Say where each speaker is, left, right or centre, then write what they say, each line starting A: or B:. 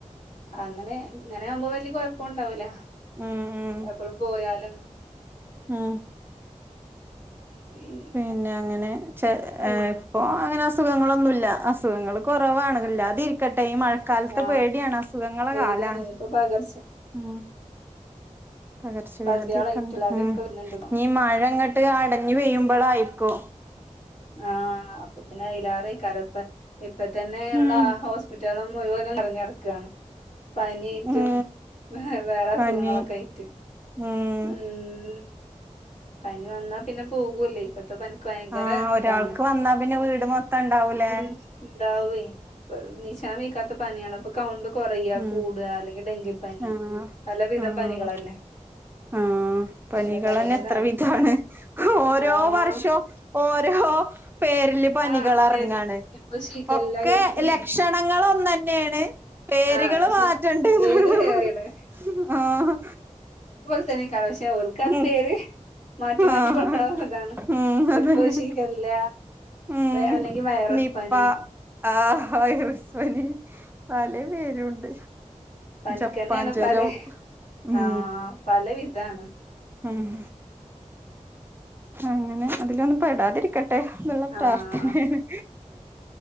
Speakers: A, on the left (about 70°); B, on the right (about 15°).
A: അങ്ങനെ ഇങ്ങനെ ആവുമ്പോ വല്ല്യ കൊഴപ്പൂണ്ടാവൂല
B: ഉം ഉം
A: എപ്പളും പോയാലൊന്നും
B: ഉം
A: <unintelligible>
B: പിന്നെ അങ്ങനെ ചെ
A: ആ
B: ഏ ഇപ്പോ അങ്ങനെ അസു അസുഖങ്ങളൊന്നും ഇല്ല അസുഖങ്ങൾ കുറവാണ് ഇല്ലാതിരിക്കെ ട്ടെ ഈ മഴക്കാലത്ത്
A: ആ
B: പേടിയാണ് അസുഖങ്ങളെ
A: പേടിയാണ്
B: കാലാണ്
A: ഇപ്പൊ പകർച്ച
B: ഉം പകർച്ചവ്യാധിയൊക്കെ
A: പകുതിയാളായിട്ടില്ലാതെയൊക്കെ
B: ഉണ്ട് ഉം ഇഞ്ഞ്
A: വരുന്നുണ്ട് ഇപ്പൊ
B: ഈ മഴങ്ങട്ട് അടഞ്ഞ് പെയ്യുമ്പളായിരിക്കും
A: ആഹ് അപ്പൊ പിന്നെ അയിലേറെയ്ക്കാരം ഇപ്പ ഇപ്പതന്നെള്ള
B: ഉം
A: ഹോസ്പിറ്റലള് മുഴുവൻ നിറഞ്ഞടക്കാണ് പനിയേറ്റും
B: ഉം
A: വേറെ അസുഖങ്ങളൊക്കെ
B: പനി
A: ആയിറ്റ്
B: ഉം
A: ഉം പനി വന്നാ പിന്നെ പോകൂല്ലേ ഇപ്പത്തെ പനിക്ക് ഭയങ്കര
B: ആ ഒരാൾക്ക്
A: ഇതാണ്
B: വന്നാ പിന്നെ വീട് മൊത്തം ഉണ്ടാവൂലേ
A: ഉം ഇണ്ടാവുഏ ഇപ്പ നീച്ചാൻവയിക്കാത പനിയാണ് അപ്പൊ കൗണ്ടും കൊറയാ
B: ഉം
A: കൂടാ അല്ലെങ്കിൽ ഡെങ്കിപ്പനി
B: ആഹ്
A: പലവിധം
B: ആഹ്
A: പനികളല്ലേ
B: ആഹ് പനികളെന്നെ
A: പല പലവിധാണ്
B: എത്ര <unintelligible> ഓരോ
A: ആഹ്
B: വർഷവും ഓരോ പേരില് പനികൾ
A: ആഹ്
B: എറങ്ങാണ്
A: പേരില് ഇപ്പൊ ശിഖല്ല
B: ഒക്കെ
A: കേട്ടില്ലേ
B: ലക്ഷണങ്ങൾ ഒന്നെ ന്നെയാണ് പേരുകള്
A: ആഹ് പക്ഷെ
B: മാറ്റണ്ട്
A: പേര്
B: ന്നൊള്ളു
A: വേറേണ്
B: ആഹ്
A: <unintelligible> പക്ഷേ ഓൽകത്
B: ഉം
A: പേര് മാറ്റി മാറ്റി
B: ആഹ്
A: കൊടുക്ക്ണ ഒര്താണ്
B: ഉം അതന്നെ
A: ഇപ്പൊ ശിഖല്ല
B: ഉം
A: അല്ലെങ്കിൽ വയറ
B: നിപ്പ
A: സ് പനി
B: ആഹ് വൈറസ് പനി പല പേരുണ്ട്
A: പനിക്കെന്നെയാണ്
B: ജപ്പാൻ ജ്വരം
A: പലെ
B: ഉം
A: ആ പല വിധാണ്
B: ഉം അങ്ങനെ അതിലൊന്നും പെടാതിരിക്കട്ടെ ന്ള്ള പ്രാർത്ഥനയാണ്
A: ആഹ്